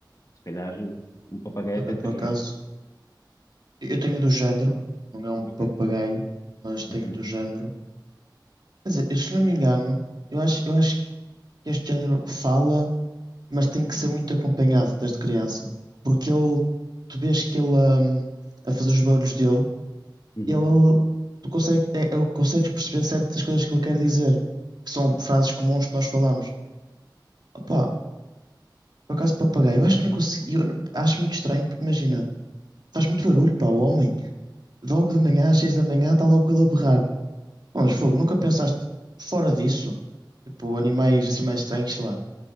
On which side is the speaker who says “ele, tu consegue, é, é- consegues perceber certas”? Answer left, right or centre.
Right